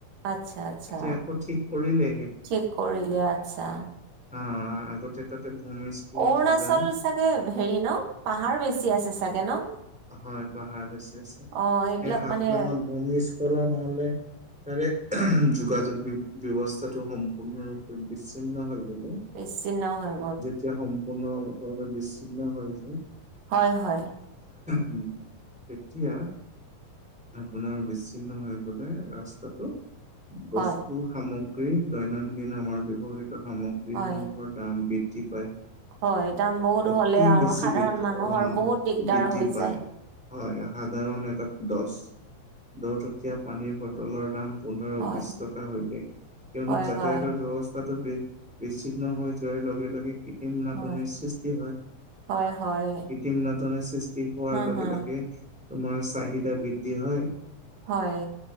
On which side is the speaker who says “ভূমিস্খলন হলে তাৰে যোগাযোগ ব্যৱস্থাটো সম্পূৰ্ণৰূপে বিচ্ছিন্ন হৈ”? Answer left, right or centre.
Centre